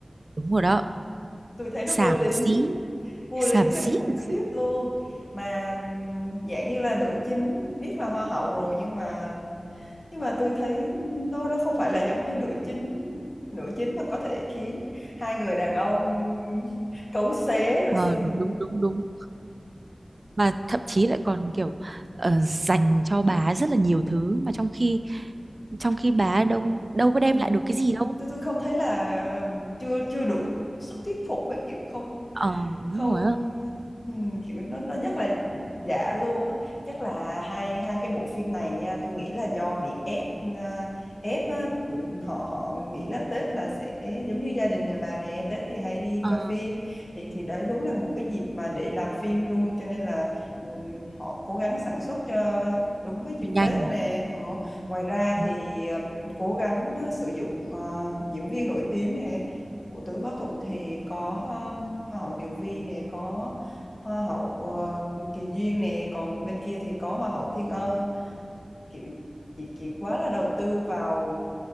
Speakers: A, on the right; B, on the left.
A: đúng rồi đó
B: tôi thấy nó vô
A: xàm
B: lý
A: xí
B: vô lý
A: xàm
B: kinh
A: xí
B: khủng
A: thật
B: khiếp
A: sự.
B: luôn mà dạng như là nữ chính biết là hoa hậu rồi nhưng mà nhưng mà tôi thấy nó nó không phải là giống như nữ chính nữ chính mà có thể khiến hai người đàn ông <laughs> cấu xé rồi
A: Ờ,
B: xung
A: đúng đúng đúng đúng mà thậm chí lại còn kiểu ờ, dành cho bà ấy rất là nhiều thứ mà trong khi trong khi bà ấy đâu đâu có đem
B: ừ.
A: lại được cái gì đâu
B: tôi tôi không thấy là chưa chưa đủ sức thuyết phục với kiểu không
A: ờ đúng
B: không
A: rồi
B: ừ, kiểu nó nó rất là giả luôn á chắc là hai hai cái bộ phim này nha tôi nghĩ là do bị ép à, ép á, bởi họ họ nghĩ là Tết là sẽ giống như gia đình nhà bà nè Tết thì hay đi
A: Ờ,
B: coi phim thì thì đấy đúng là một cái dịp mà để làm phim luôn cho nên là ừ, họ cố gắng sản xuất cho đúng với dịp
A: nhanh
B: Tết
A: nhỉ?
B: nè ờ. ngoài ra
A: Ừ.
B: thì ừm, cố gắng ờ, sử dụng ờ, diễn viên nổi tiếng nè của Tứ Báo Thủ thì có hoa hậu Tiểu Vy nè có hoa hậu ờ, Kỳ Duyên nè còn bên kia thì có hoa hậu Thiên Ân kiểu chị chị quá là đầu tư vào